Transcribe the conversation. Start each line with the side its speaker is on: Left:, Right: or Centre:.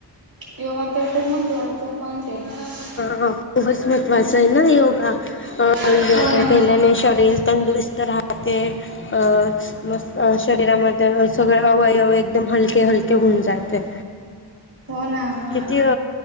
Right: योगा तर खूप महत्त्वाच पणट आहे.
Left: ह खूपच महत्त्वाच आहे ना योगा.
Right: हो
Left: योगा
Right: ना
Left: केल्याने शरीर तंदुरुस्त राहते अ. मस् शरीरामध्ये सगळे अवयव एकदम हलके हलके होऊन जाते.
Right: हो ना.
Left: किती
Right: ना